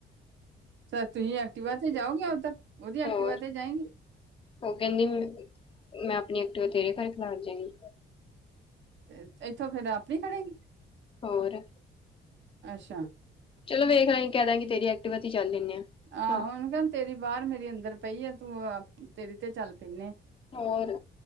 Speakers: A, on the right; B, on the left.
A: ਤਾਂ ਤੁਸੀਂ ਐਕਟੀਵਾ ਤੇ ਜਾਓ ਗਈਆਂ ਉੱਧਰ ਉਹਦੀ ਐਕਟੀਵਾ
B: ਹੋਰ
A: ਤੇ ਜਾਏਗੀ।
B: ਉਹ ਕਹਿੰਦੀ ਮ‌ ਮੈਂ ਆਪਣੀ ਐਕਟੀਵਾ ਤੇਰੇ ਘਰ ਖਲਾਰ ਜਾਗੀ।
A: ਤੇ ਇੱਥੋਂ ਫੇਰ ਆਪਣੀ ਖੜੇਗੀ।
B: ਹੋਰ।
A: ਅੱਛਾ।
B: ਚਲੋਂ ਵੇਖ ਲਾਂਗੀ ਕਹਿ ਦਾਂਗੀ ਤੇਰੀ ਐਕਟੀਵਾ ਤੇ ਚੱਲ ਲੈਣੇ ਆ।
A: ਆਹੋ
B: ਹਾਂ
A: ਉਹਨੂੰ ਕਹਿ ਤੇਰੀ ਬਾਹਰ ਮੇਰੀ ਅੰਦਰ ਪਈ ਆ। ਤੂੰ ਤੇਰੀ ਤੇ ਚੱਲ ਪੈਨੇ ਆ।
B: ਹੋਰ।